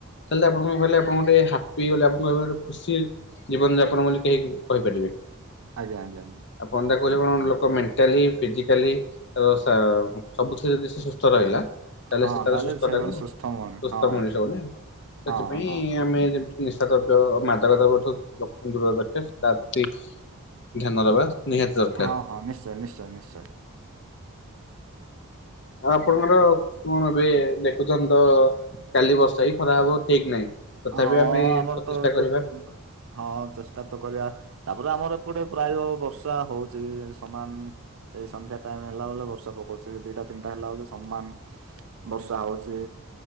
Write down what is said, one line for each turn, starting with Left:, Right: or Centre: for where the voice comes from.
Left: ତାହାଲେ ଆପଣ ଆପଣଙ୍କ ଗୋଟେ ହାପି ଆପଣଙ୍କ ଖୁସି ଜୀବନ ଯାପନ ବୋଲି କେହି କହିପାରିବେନି
Right: ଆଞା ଆଜ୍ଞା।
Left: ଆପଣ ଯାହା କହିଲେ କଣ ଲୋକ ମେଣ୍ଟାଲି ଫିଜିକାଲି ତ ସବୁ ଥୀରେ ଯଦି ସେ ସୁସ୍ଥ ରହିଲା ତାହେଲେ
Right: ହଁ
Left: ସେ ତାର ସୁସ୍ଥ
Right: ସେ
Left: ଟାକୁ
Right: ଜଣେ ସୁସ୍ଥ ମଣି
Left: ସୁସ୍ଥ
Right: ହଁ
Left: ମଣିଷବୁ
Right: ହଁ
Left: ସେଥିପାଇଁ
Right: ହଁ।
Left: ଆମେ ନିଶାଦ୍ରବ୍ୟ ମାଦକ ଦ୍ରବ୍ୟଠୁ ଲଙ୍କୁ ଦୂର ରକ୍ଷା ତା ପ୍ରତି ଧ୍ୟାନ ଦେବା ନିହାତି ଦରକାର।
Right: ହଁ ହଁ ନିଶ୍ଚୟ ନିଶ୍ଚୟ ନିଶ୍ଚୟ।
Left: ଆଉ ଆପଣଙ୍କର କଣ ଏବେ ଦେଖୁଛଛନ୍ତି ତ କାଲି ବର୍ଷା କିସଖରା ହବ ଠିକ ନାହିଁ? ତଥାପି
Right: ହଁ
Left: ଆମେ
Right: ଆମର
Left: ପ୍ରଚେଷ୍ଟା
Right: ତ ଏଇଠୁ
Left: କରିବା
Right: ହଁ ଚେଷ୍ଟା ତ କରିବା ତାପରେ ଆମର ଏପଟେ ପ୍ରାୟ ବର୍ଷା ହଉଛି ସମାନ ସେଇ ସନ୍ଧ୍ୟା ଟାଇମ ହେଲା ବେଲେ ବର୍ଷା ପକାଉଛି ଦିଟା ତିନିଟା ହେଲା ବୋଲେ ସମାନ ବର୍ଷା ହଉଚି